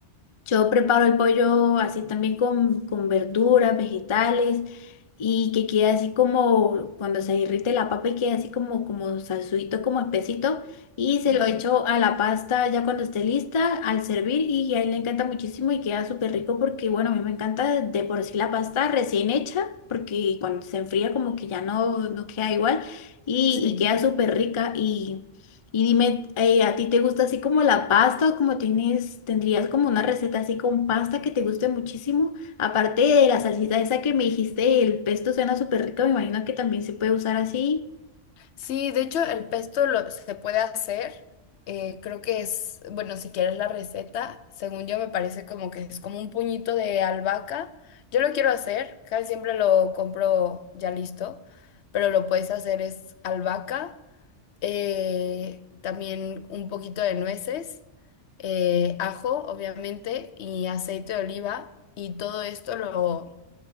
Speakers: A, on the left; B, on the left.
A: Yo preparo el pollo así también con, con verduras, vegetales y que quede así como cuando se derrite la papa y quede así como, como salsuito, como espesito y se
B: Ujú.
A: lo echo a la pasta ya cuando esté lista al servir y a él le encanta muchísimo y queda súper rico porque bueno, a mí me encanta de por sí la pasta recién hecha porque cuando se enfría como que ya no, no queda igual y,
B: Sí.
A: y queda súper rica y y dime, eh, ¿a ti te gusta así como la pasta o como tienes, tendrías como una receta así con pasta que te guste muchísimo? Aparte de la salsita esa que me dijiste, el pesto suena súper rico, me imagino que también se puede usar así.
B: Sí, de hecho el pesto lo, se puede hacer. eh, creo que es, bueno, si quieres la receta, según yo me parece como que es como un puñito de albahaca. Yo lo quiero hacer, casi siempre lo compro ya listo, pero lo puedes hacer es albahaca, eh, también un poquito de nueces, eh, ajo, obviamente, y aceite de oliva, y todo esto lo